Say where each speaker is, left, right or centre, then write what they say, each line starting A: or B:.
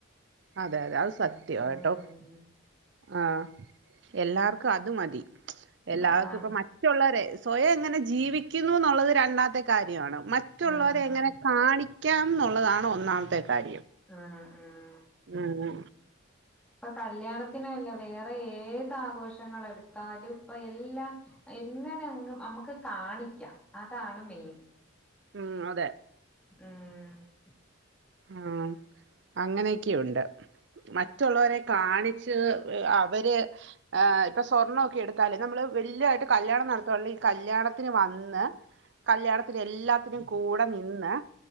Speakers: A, on the right; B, in the centre.
A: അതെ അതെ അത് സത്യാ
B: ഉം
A: കേട്ടോ ആഹാ എല്ലാവർക്കും അത് മതി എല്ലാവർക്കും
B: അതാണ്
A: ഇപ്പ മ മറ്റുള്ളവരെ സ്വയം എങ്ങനെ ജീവിക്കുന്നു എന്നുള്ളത്. രണ്ടാമത്തെ കാര്യമാണ് മറ്റുള്ളവരെ
B: ഉം
A: എങ്ങനെ
B: ഉം
A: കാണിക്കാം ന്നുള്ളതാണ് ഒന്നാമത്തെ കാര്യം.
B: ആഹാ ആഹാ
A: അങ്ങനെ
B: ഇപ്പ കല്യാണത്തിനല്ല വേറെ ഏത് ആഘോഷങ്ങളൾ എടുത്താലും ഇപ്പ എല്ലാം എങ്ങനെങ്ങ് നമ്മുക്ക് കാണിക്കാം അതാണ് മെയിൻ.
A: ഉം അതെ
B: ഉം
A: ആഹ് അങ്ങനെയൊക്കെയുണ്ട് മറ്റുള്ളവരെ കാണി ച് അവര് ഏ ഇപ്പൊ സ്വർണ്ണൊക്കെ ഒക്കെ എടുത്താല് നമ്മള് വല്യതായിട്ട് കല്യാണം നടത്തുകുയണെ ഈ കല്യാണത്തിന് വന്ന് കല്യാണത്തിന് എല്ലാത്തിനും കൂടെ നിന്ന്